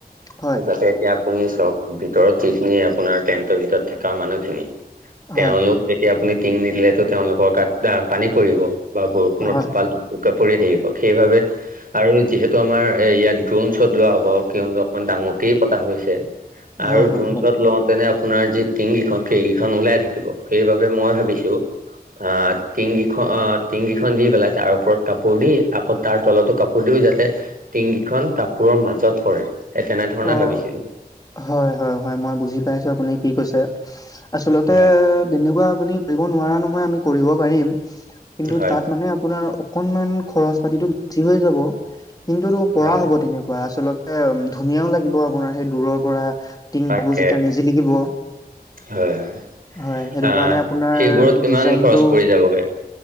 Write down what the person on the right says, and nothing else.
যাতে এতিয়া আপুনি চাওক ভিতৰত যিখিনি আপোনাৰ টেন্টৰ ভিতৰত থকা মানুহখিনি
তেওঁলোক যেতিয়া আপুনি টিং নিদিলেতো তেওঁলোকৰ গাত আ, পানী পৰিব বা বৰষুণৰ
টোপাল কাপুৰে থাকিব সেইবাবে আৰু যিহেতু আমাৰ এ ইয়াত ড্ৰন শ্বত লোৱা হ'ব কিয়নো অকমান ডাঙৰক পতা হৈছে আৰু
ড্ৰন
শ্বত ল নে আপোনাৰ যি টিঙগিখন সেইকেইখন ওলাই থাকিব সেইবাবে মই ভাবিছোঁ আ, টিংগিখন অ', টিঙগিখন দি পেলাই তাৰ ওপৰত কাপোৰ দি আকৌ তাৰ তলতো কাপোৰ দিও যাতে টিঙগিখন কাপোৰৰ মাজত পৰে সেই তেনেধৰণে
ভাবিছিলোঁ
হয়
হয়
হয়
তাকে
হয় হয়
আহ
সেইবোৰত কিমান
খৰচ পৰি যাবগে